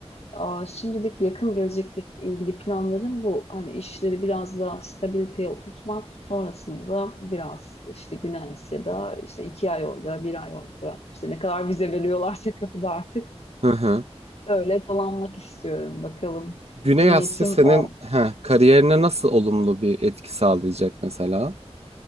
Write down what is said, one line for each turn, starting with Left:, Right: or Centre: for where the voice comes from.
Left: Aa, şimdilik yakın gelecekle ilgili planlarım bu. Hani işleri biraz daha stabiliteye oturtmak. Sonrasında da biraz işte Güney Asya'da işte iki ay orada, bir ay orada. işte ne kadar vize veriyorlarsa kapıda artık
Right: Hı hı.
Left: öyle dolanmak istiyorum. Bakalım
Right: Güney
Left: niyetim
Right: Asya senin
Left: o.
Right: heh, kariyerine nasıl olumlu bir etki sağlayacak mesela?